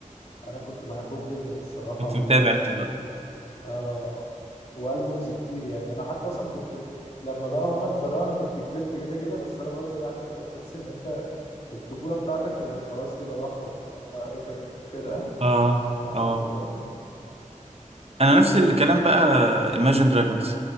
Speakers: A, on the left (about 50°); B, on the right (about 50°).
A: انا كنت بحبهم جدا الصراحه
B: كنت
A: و...
B: متابع انت بقى
A: اه والبومز كتير يعني انا حتى اصلا كنت لما بقى هم اتفرقوا انا كنت كبرت كده كده بس انا برضو عارف اللي هو تحس ان انت الطفوله بتاعتك خلاص كده راحوا يعني هم ايه كانوا فرقه
B: اه
A: بعد
B: اه
A: كده
B: انا نفس الكلام بقى Imagine Dragons